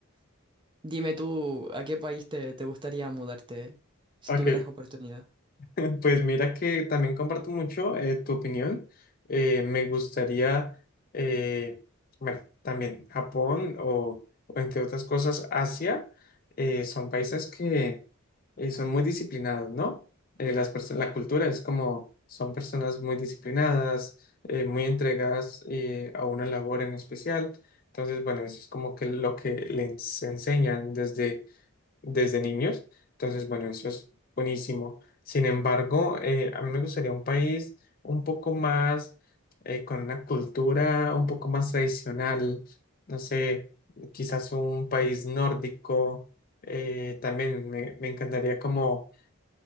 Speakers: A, on the right (about 20°); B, on the left (about 40°).
A: Dime tú, ¿a qué país te, te gustaría mudarte si
B: Ok,
A: tuvieras oportunidad?
B: <laughs> Pues mira que también comparto mucho eh, tu opinión. Eh, me gustaría, eh, bueno, también Japón o, o entre otras cosas Asia, eh, son países que eh, son muy disciplinados, ¿no? Eh, las perso- la cultura es como, son personas muy disciplinadas, eh, muy entregadas eh, a una labor en especial. Entonces, bueno, eso es como que lo que les enseñan desde desde niños. Entonces, bueno, eso es buenísimo. Sin embargo, eh, a mí me gustaría un país un poco más, eh, con una cultura un poco más tradicional, no sé, quizás un país nórdico. eh, también me, me encantaría como,